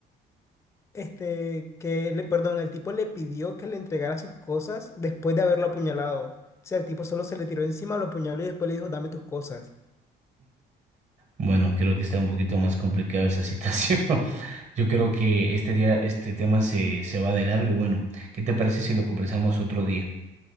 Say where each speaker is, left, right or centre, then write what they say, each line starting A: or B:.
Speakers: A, on the left (about 15°); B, on the right (about 40°).
A: Este, que le, perdón, el tipo le pidió que le entregara sus cosas después de haberlo apuñalado. O sea, el tipo solo se le tiró encima, lo apuñaló y después le dijo, dame tus cosas.
B: Bueno, creo que está un poquito más complicada esa situación. <laughs> Yo creo que este día, este tema se, se va de largo y bueno, ¿qué te parece si lo conversamos otro día?